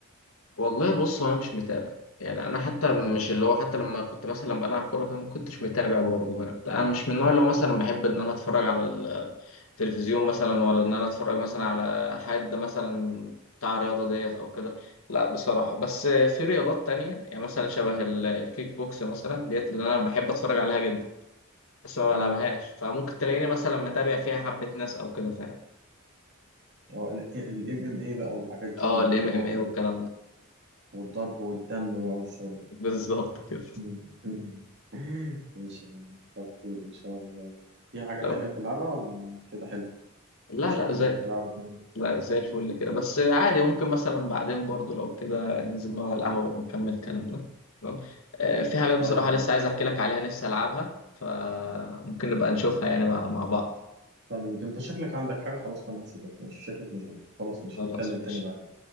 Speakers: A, on the left; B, on the right.
A: والله بص هو انا مش متابع يعني انا حتى مش اللي هو حتى لما كنت مثلا بلعب كوره كده ما كنتش متابع برضه يعني انا مش من النوع اللي هو مثلا بحب ان انا اتفرج على التلفزيون مثلا ولا ان انا اتفرج مثلا على حد مثلا بتاع الرياضه ديت او كده لا بصراحه بس في رياضات تانية يعني مثلا شبه ال- الكيك بوكس مثلا ديت اللي انا بحب اتفرج عليها جدا بس ما بلعبهاش
B: امم
A: فممكن تلاقيني مثلا متابع فيها حبه ناس او كده فاهم
B: اه ال ام ام اي بقى والحاجات دي
A: اه
B: والبطولات
A: الام ام اي والكلام ده
B: والضرب والدم بقى والشغل
A: بالظبط كده
B: مم. ده <laughs> ماشي يعني كتر خير إن شاء الله في حاجة
A: لو
B: تانية بتلعبها ولا كده حلو؟
A: لا
B: مفيش
A: لا
B: حاجة تانية
A: زي
B: بتلعبها كده.
A: لا زي الفل كده بس عادي ممكن مثلا بعدين برضو لو كده ننزل نقعد على القهوة ونكمل كلامنا تمام آه في حاجات
B: طيب
A: بصراحة لسه عايز احكي لك عليها نفسي العبها فممكن نبقى نشوفها يعني مع مع بعض
B: طيب أنت شكلك عندك حاجة خلاص فأنا هسيبك ماشي شكلك مشغول خلاص ماشي
A: خلاص
B: نتكلم
A: ماشي
B: تاني بعدين